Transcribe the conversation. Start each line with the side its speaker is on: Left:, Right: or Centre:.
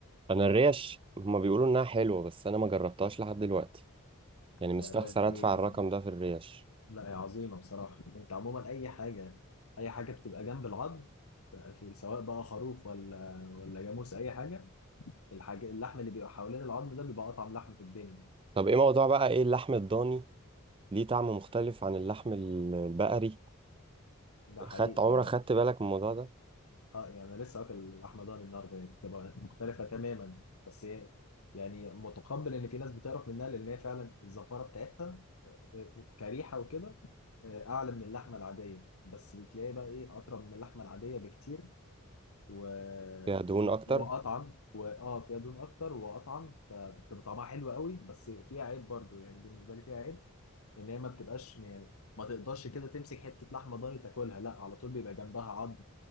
Right: انا الريش هما بيقولوا انها حلوه بس انا ما جربتهاش لحد دلوقتي يعني مستخسر
Left: يعني الريش دي
Right: ادفع الرقم ده في الريش
Left: لا يا عظيمة بصراحة انت عموما اي حاجة اي حاجة بتبقى جنب العظم في سواء بقى خروف ولا ولا جاموس اي حاجة الحاجة اللحم اللي بيبقى حوالين العظم ده بيبقى اطعم لحم في الدنيا
Right: طب ايه موضوع بقى ايه اللحم الضاني ليه طعم مختلف عن اللحم ال- البقري
Left: ده حقيقي
Right: خدت عمرك
Left: يعني
Right: خدت بالك من الموضوع ده
Left: اه يعني انا لسه واكل لحمة ضاني النهارده يعني بتبقى مختلفة تماما بس هي يعني متقبل ان في ناس بتعرف منها لان هي فعلا الزفارة بتاعتها آه، كريحة وكده آه، اعلى من اللحمة العادية بس بتلاقي بقى ايه اطرى من اللحمة العادية بكتير و...
Right: فيها دهون
Left: و...
Right: اكتر
Left: واطعم واه فيها دهون اكتر واطعم فبتبقى طعمها حلو قوي بس فيها عيب برضو يعني بالنسبه لي فيها عيب ان هي ما بتبقاش يعني ما تقدرش كده تمسك حته لحمه ضاني تاكلها لا على طول بيبقى جنبها عظم